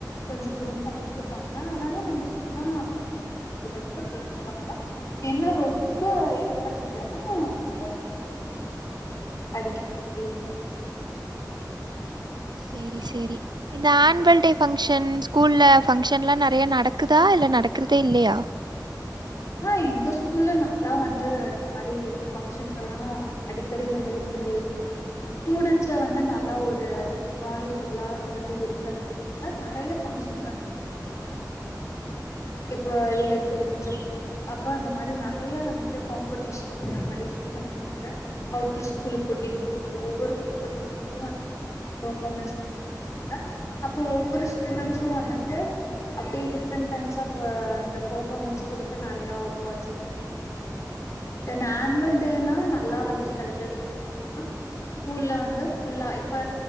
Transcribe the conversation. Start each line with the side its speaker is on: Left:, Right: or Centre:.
Left: கொஞ்சோ குறும்பு பண்ணிட்டு இருப்பாங்க ஆனாலு நம்ம சொன்னா விதத்துல கேட்டுக்குவாங்க என்ன ரொம்ப இது பண்ணிட்டாதா நம்ம வந்து கொஞ்சோ அடி அடிக்கிற <unintelligible>
Right: சேரி சேரி இந்த ஆன்வல் டே பங்ஷன் ஸ்கூல்ல பங்க்ஷன்லா நறைய நடக்குதா இல்ல நடக்கறதே இல்லையா
Left: ஆ எங்க ஸ்கூல்ல நல்லா வந்து இந்த மாரி பங்க்ஷன்ஸ்ல்லா அடிக்கடி வந்து இருந்துட்டே இருக்கு ஸ்டூடெண்ட்ஸ வந்து நல்லா ஒரு நாலேஜிபுளா வந்து இருக்கறதுக் காக நறைய பங்ஷன் வந்து இங்க இது பண்ணுவாங்க இப்ப இல்லக் <unintelligible> அப்ப அந்த மாரி நறைய வந்துட்டு காம்படிஷன் அந்த மாரி ஸ்டுடென்ட் வந்து அவுட்ரு ஸ்கூலுக்கு கூட்டிட்டு போய் ஒவ்வொரு காம்படிஷன்லயு <inaudible> அவுங்கள பெர்பார்மன்ஸ் <unintelligible> பண்ண வெப்பாங்க அப்போ ஒவ்வொரு ஸ்டூடெண்ஸு வந்துட்டு அப்டியே டிஃப்ரெண்ட் கைண்ட்ஸ் ஆஃப் அந்த பெர்ஃபமன்ஸ் கொடுத்து நிறையா அவார்ட்ஸு தென் ஆனுவல் டே ல்லா நல்லா வந்து செலிப்ரேட் ஏன்னா ஸ்கூல்ல வந்து ஃபுல்லா இப்ப